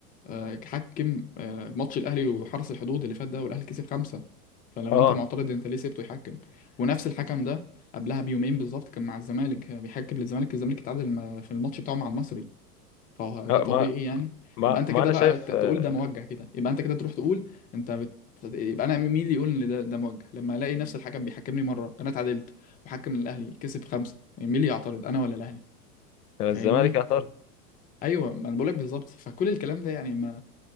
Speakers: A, on the left; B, on the left.
A: آه، حكم آه، ماتش الاهلي وحرس
B: مم.
A: الحدود اللي فات ده والاهلي كسب خمسة فلو
B: اه
A: انت معترض انت ليه سيبته يحكم ونفس الحكم ده قبلها بيومين بالظبط كان مع الزمالك آه، بيحكم للزمالك الزمالك اتعادل ما- في الماتش بتاعه مع المصري فهو ده
B: آه،
A: طبيعي
B: ما
A: يعني
B: ما
A: يبقى انت
B: ما
A: كده
B: انا
A: بقى
B: شايف
A: ت- تقول
B: آه،
A: ده موجه كده يبقى انت كده تروح تقول انت بت... يبقى انا مين اللي يقول ان ده ده موجه لما الاقي نفس الحكم بيحكمني مره انا اتعادلت وحكم الاهلي كسب خمسه يعني مين اللي يعترض انا ولا الاهلي
B: الزمالك
A: فاهمني
B: يعترض
A: ايوه ما انا بقولك بالظبط فكل الكلام ده يعني ما